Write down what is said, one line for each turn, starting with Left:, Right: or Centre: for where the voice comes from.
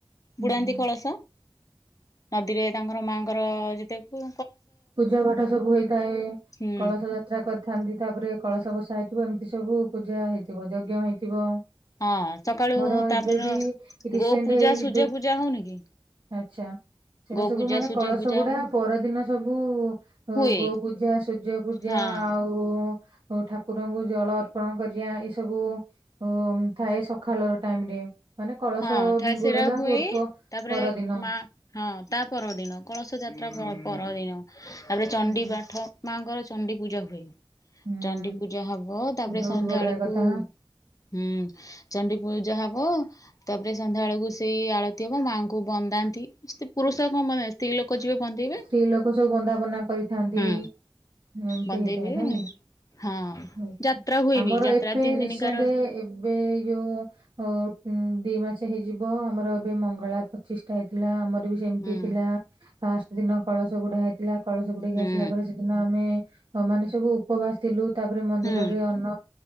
Right: ହୁଁ।
Left: ବୁଡାନ୍ତି କଳସ। ନଦୀରେ ତାଙ୍କର ମାଆଙ୍କର ଯେତେ କୁ
Right: ପୂଜା ପାଠ ସବୁ ହେଇଥାଏ
Left: ହୁଁ
Right: ।କଳସ ଯାତ୍ରା କରିଥାନ୍ତି ।ତାପରେ କଳସ ବସା ହେଇଥିବ ଏମ ଏ ସବୁ ପୂଜା ହେଇଥିବ। ଯଜ୍ଞ ହେଇଥିବ
Left: ହଁ ସକାଳୁ
Right: ମୋର
Left: ତାପରେ
Right: ଏବେ ବି ରିସେଣ୍ଟ
Left: ଗୋ ପୂଜା
Right: ଏଇ
Left: ସୂର୍ଯ୍ୟ
Right: ଦୁ
Left: ପୂଜା ହଉନି କି
Right: ଆଚ୍ଛା, ସେଇଟା
Left: ଗୋ
Right: ସବୁ
Left: ପୂଜା
Right: ମାନେ
Left: ସୂର୍ଯ୍ୟ
Right: କଳସ
Left: ପୂଜା
Right: ବୁଡା
Left: ହବ
Right: ପରଦିନ ସବୁ ଗୋ
Left: ହୁଏ
Right: ପୂଜା ସୂର୍ଯ୍ୟ ପୂଜା
Left: ହଁ
Right: ଆଉ ଠାକୁରଙ୍କୁ ଯେ ଜଳ ଅର୍ପଣ କରିବା ଏଇ ସବୁ ଉ ଥାଏ ସକାଳ ଟାଇମ ରେ ମାନେ କଳସ
Left: ହଁ, <unintelligible>
Right: ବୁଡେଇବା ପୂର୍ବ
Left: ତାପରେ
Right: ପରଦିନ
Left: ମାଁ, ହଁ ତା ପରଦିନ କଳସ ଯାତ୍ରା ପ
Right: ଆଚ୍ଛା
Left: ପରଦିନ ତାପରେ ଚଣ୍ଡି
Right: ହୁଁ
Left: ପାଠ ମାଙ୍କର ଚଣ୍ଡି ପୂଜା ହୁଏ।
Right: ହୁଁ
Left: ଚଣ୍ଡି ପୂଜା ହବ ତାପରେ
Right: ବହୁତ
Left: ସନ୍ଧ୍ୟାବେଳକୁ
Right: ବଢିଆ କଥା।
Left: ହୁଁ, ଚଣ୍ଡି ପୂଜା ହବ ତାପରେ ସନ୍ଧ୍ୟା ବେଳକୁ ସେଇ ଆଳତି ହବ ମାଆଙ୍କୁ ବନ୍ଦାନ୍ତି ପୁରୁଷ କଣ ମାନେ ସ୍ତ୍ରୀ ଲୋକ
Right: ସ୍ତ୍ରୀ
Left: ଯିବେ ବନ୍ଦେଇବେ
Right: ଲୋକ ସବୁ ବନ୍ଦାପନା କରିଥାନ୍ତି।
Left: ହୁଁ
Right: ଏମିତି
Left: ବନ୍ଦେଇବେ
Right: ହେଇଥାଏ ନା କି
Left: ହଁ
Right: ଆଚ୍ଛା,
Left: ଯାତ୍ରା ହୁଏ
Right: ଆମର
Left: ବି ଯାତ୍ରା
Right: ଏବେ
Left: ତିନି
Right: ରିସେଣ୍ଟ
Left: ଦିନିକାର
Right: ଏବେ ଯୋଉ ଅ ହୁଁ, ଦି ମାସ ହେଇଯିବ ଆମର ଏବେ ମଙ୍ଗଳା ପଚିଶଟା ହେଇଥିଲା ଆମର ବି ସେମିତି
Left: ହୁଁ
Right: ଥିଲା ଆ ସେଦିନ କଳସ ବୁଡା ହେଇଥିଲା। କଳସ ବୁଡେଇକି
Left: ହୁଁ
Right: ଆସିଲା ପରେ ସେଦିନ ଆମେ ମାନେ ସବୁ ଉପବାସ ଥିଲୁ ତାପରେ ମନ୍ଦିରରେ
Left: ହୁଁ
Right: ଅନ୍ନ